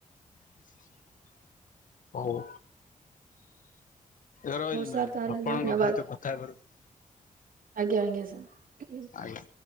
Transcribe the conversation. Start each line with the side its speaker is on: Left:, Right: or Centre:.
Left: ଆ <inaudible> ହଉ ରହିଲି
Right: ହଉ ସାର୍
Left: ମ୍ୟାଡାମ
Right: ତାହେଲେ
Left: ଆପଣଙ୍କ
Right: ଧନ୍ୟବାଦ
Left: ସହିତ କଥା ହେବାରୁ
Right: ଆଜ୍ଞା ଆଜ୍ଞା ସାର।
Left: ଆଜ୍ଞା।